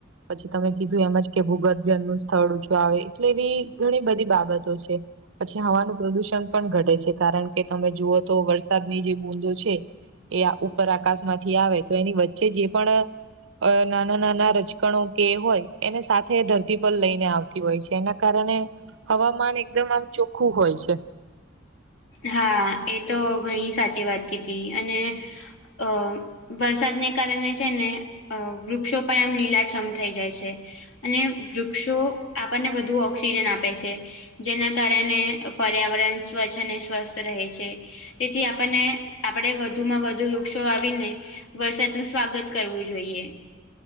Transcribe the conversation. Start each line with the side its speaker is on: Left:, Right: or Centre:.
Right: પછી તમે કીધું એમજ કે ભૂગર્ભન નું સ્થળ છું આવે એટલે એવી ઘણી બધી બાબતો છે. પછી હવાનું પ્રદુષણ પણ ઘટે છે કારણ કે તમે જુઓ તો વરસાદની જે બુંદો છે. એ ઉપર આકાશમાંથી આવે તો એની વચ્ચે જે પણ અ નાના નાના રચકણો કે હોય એને સાથે ધરતી પર લઈને આવતી હોય છે. જેના કારણે હવામાન એકદમ આમ ચોખ્ખું હોય છે.
Left: હા એ તો ઘણી સાચી વાત કીધી અને અ વરસાદને કારણે છે ને- અ વૃક્ષો પણ એમ લીલાછમ થઈ જાય છે. અને વૃક્ષો આપણને બધું ઓક્સિજન આપે છે. જેના કારણે પર્યાવરણ સ્વચ્છ અને સ્વસ્થ રહે છે. તેથી આપણને આપણે વધુમાં વધુ વૃક્ષો આવીને. વરસાદ ન સ્વાગત કરવું જોઈએ.